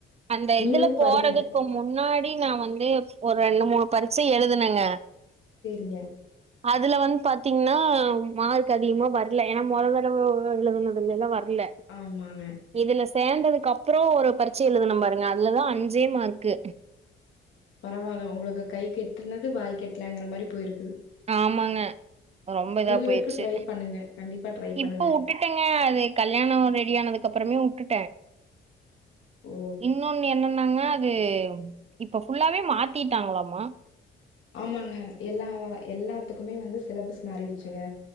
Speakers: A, on the right (about 30°); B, on the left (about 75°).
A: அந்த
B: நீங்களு
A: இதுல போறது
B: படிங்க
A: இப்ப முன்னாடி நா வந்து ஒரு ரெண்டு மூணு பரிட்ச எழுதுனங்க
B: செரிங்க
A: அதுல வந்து பாத்தீங்கனா மார்க் அதிகமா வரல ஏன்னா மொததடவ <inaudible> இது எல்லா வரல
B: ஆமாங்க
A: இதுல சேந்ததுக்கு அப்பற ஒரு பரீட்ச எழுதணு பாருங்க அதுலதா அஞ்சே மார்க்கு
B: பரவால்ல உங்களுக்கு கை கெட்டுனது வாய்க்கு எட்டலங்கிற மாரி போய்ருக்குது
A: ஆமாங்க ரொம்ப இதா போய்ச்சு
B: வரைக்கு ட்ரை பண்ணுங்க கண்டிப்பா ட்ரை பண்ணுங்க
A: இப்போ உட்டுட்டங்க அது கல்யாண ரெடி ஆனதுக்கப்பறமே உட்டுட்ட
B: ஓ.
A: இன்னொன்னு என்னன்னாங்க அது இப்ப ஃபுல்லாவே மாத்திட்டாங்களாமா
B: ஆமாங்க எல்லா எல்லாத்துக்குமே வந்து சிலபஸ் மாறிடுச்சுங்க